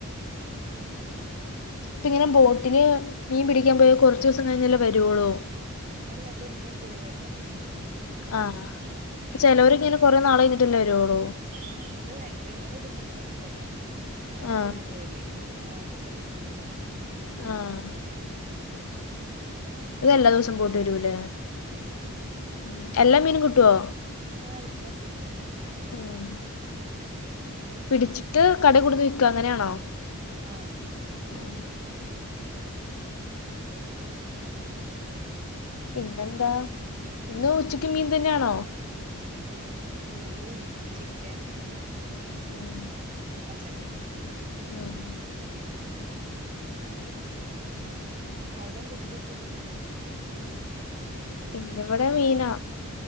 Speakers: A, on the left; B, on the right.
A: ഇപ്പ ഇങ്ങനെ ബോട്ടില് മീൻ പിടിക്കാൻ പോയാ കുറച്ച് ദിവസം കഴിഞ്ഞല്ലേ വരുവോളൂ?
B: എല്ലാ അത് എന്നും പോയി വരുന്ന പണിയ.
A: ആഹ് അപ്പ ചിലവര്ക്കെ ഇങ്ങനെ കൊറെ നാള് കഴിഞ്ഞിട്ടല്ലേ വരുവോളു?
B: ആഹ് അത് വേറൊരു ബ്രദറണ്ട്ന്നീടെ ആളെങ്ങനാൻ
A: ആഹ്
B: പോയില് എന്നാ ആഴ്ചയില് പോയി വരും.
A: ആഹ് ഇതെല്ലാ ദിവസവും പോയിട്ട് വരുൂല്ലേ?
B: മ്ഹ്
A: മ്ഹ് എല്ലാ മീനും കിട്ടുവോ?
B: ആഹ് എല്ലാം കിട്ടും
A: ഉം പിടിച്ചിട്ട് കടെ കൊണ്ടൂന്ന് വിൽക്കും അങ്ങനെയാണോ?
B: ആഹ്
A: ആഹ് പിന്നെന്താ ഇന്ന് ഉച്ചക്ക് മീൻ തന്നെയാണോ?
B: ആഹ് മീനും ചിക്കനൊക്കെ ഉണ്ട്.
A: മ്ഹ്
B: പച്ചക്കറി
A: ആഹ്
B: അവിടെ എന്താ സ്പെഷ്യലിന്ന്?
A: ഇന്നിവിടെ മീനാ.